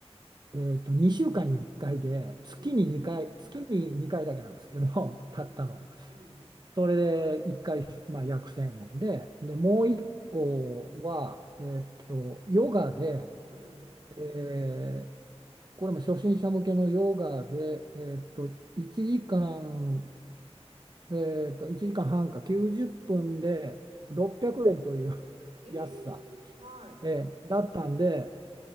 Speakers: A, on the right; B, on the right.
A: えっと、2週間に1回で、月に2回、
B: うん、
A: 月に2回だけなんですけど、
B: うん、
A: <laughs> たったの。
B: うん、
A: それで1回、まあ、約1000円で、で、もう1個は、えっと、ヨガで、
B: うん。
A: えーこれも初心者向けのヨガで、えっと、1時間、えっと、1時間半か90分で600円という <laughs>
B: ええはい。
A: 安さ、えーだったんで、